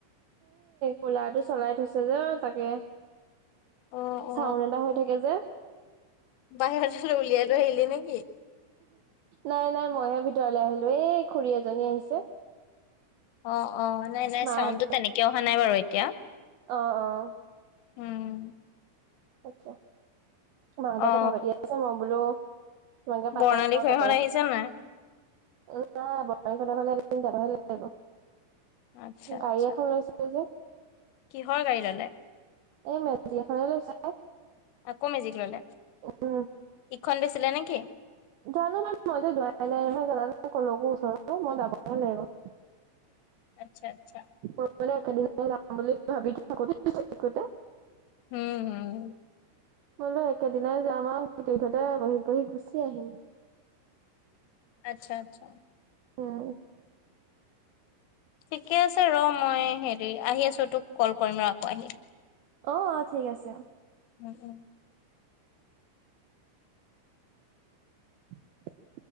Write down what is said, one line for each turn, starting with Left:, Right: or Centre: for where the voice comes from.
Right: কলাৰটো চলাই থৈছে যে, তাকে।
Left: অ অ
Right: চাউন এটা হৈ থাকে, যে
Left: বাহিৰৰ লৈ উলিয়াই আৰু আহলি নে কি?
Right: নাই, নাই মইহে ভিতৰলৈ আহিলো এই খুৰী এজনী আহিছে।
Left: অ', অ', নাই, নাই
Right: মাহঁত
Left: চাউডটো তেনেকে অহা নাই বাৰু এতিয়া।
Right: অ', অ'।
Left: উম।
Right: <unintelligible> অ, মাহঁতে
Left: অ
Right: কথা পাতি আছে মই বোলো। মকে পাতাম
Left: বৰ্ণালী
Right: মই
Left: খুৰীহঁত
Right: তাতে।
Left: আহিছে নাই
Right: মই যাম এদিন বৰ্তাহঁতৰ তাতলৈ যাবহে লাগিব।
Left: আচ্ছা আচ্ছা
Right: গাড়ী এখন লৈছিলে যে।
Left: কিহৰ গাড়ী ললে?
Right: এই মেকজি এখনে লৈছে।
Left: আকৌ মিজিক ললে,
Right: উম
Left: ইখন বেছিলে নেকি?
Right: জানো বাৰু, মইতো জোৱাই নাই, নহয়। জানা নাই কলৈকো ওচৰত মই যাব লাগিব।
Left: উ। আচ্ছা -আচ্ছা
Right: মই মানে একেদিন যাম বুলি ভাবি থাকোঁতে।
Left: উম, হম।
Right: হলেও একেদিনাই যাম আৰু। গোটেই ঘৰতে বহি- বহি গুচি আহিম।
Left: আচ্ছা- আচ্ছা
Right: উম।
Left: ঠিকে আছে ৰ। মই হেৰি আহি আছো তোক কল কৰিম ৰ আকৌ আহি।
Right: অ, আহ, ঠিক আছে, অ।
Left: উম- উম।
Right: <inaudible>